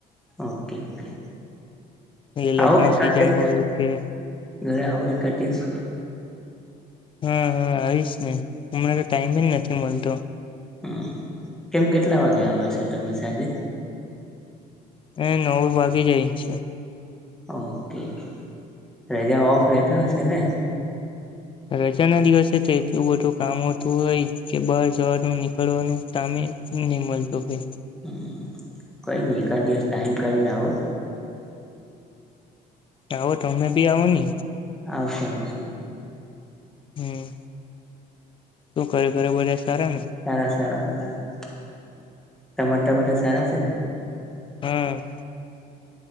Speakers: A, in the centre; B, on the left.
A: Okay okay.
B: એ લગ્ન
A: આવો એકાદ
B: સિઝન
A: દિવસ
B: હોય કે
A: ઘરે આવો એકાદ દિવસ.
B: હમ્મ હમ્મ આવીશ ને હમણાં તો ટાઈમે નથી મલતો.
A: હમ કેમ કેટલા વાગે આવે છો તમે સાંજે?
B: હ નવેક વાગી જાય છે.
A: ઓકે. રજા ઓફ રેતા હશે. તેને.
B: રજાના દિવસે તે એટલું બધું કામ હોતું હોય કે બહાર જવાનું નીકળવાનું ટાઇમે ની મલતું હોય.
A: હમ્મ કંઈ નહીં એકાદ દિવસ ટાઈમ કાઢીને આવો.
B: આવો તમે ભી આવોને.
A: આવશું આવશું.
B: હમ્મ શું કરે ઘરે બધા? સારા ને
A: સારા સારા સારા. તમારે ટા બધા સારા સે ને?
B: હમ્મ.